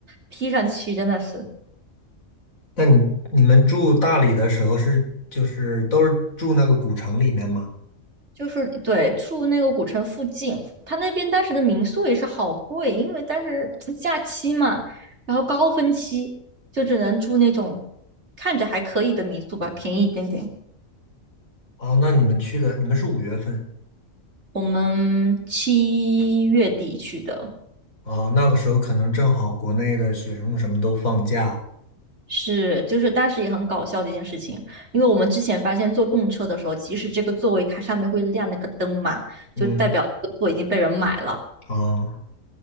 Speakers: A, on the right (about 55°); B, on the left (about 90°).
A: 披上去，真的是。
B: 那你你们住大理的时候是就是都是住那个古城里面吗？
A: 就是对住那个古城附近，他那边当时的民宿也是好贵，因为当时嗯假期嘛，然后高峰期就只能住那种看着还可以的民宿吧，便宜一点点。
B: 哦，那你们去的你们是五月份
A: 我们七月底去的
B: 啊？那个时候可能正好国内的学生什么都放假。
A: 是，就是当时也很搞笑的一件事情，因为我们之前发现坐动车的时候，即使这个座位它上面会亮那个灯嘛，
B: 嗯，
A: 就代表这个座已经被人买了。
B: 啊